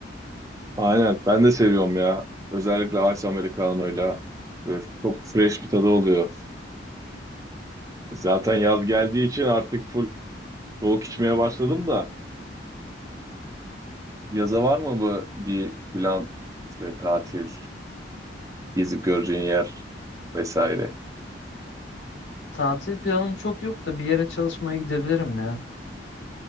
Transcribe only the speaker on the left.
Tatil planım çok yok da bir yere çalışmaya gidebilirim ya.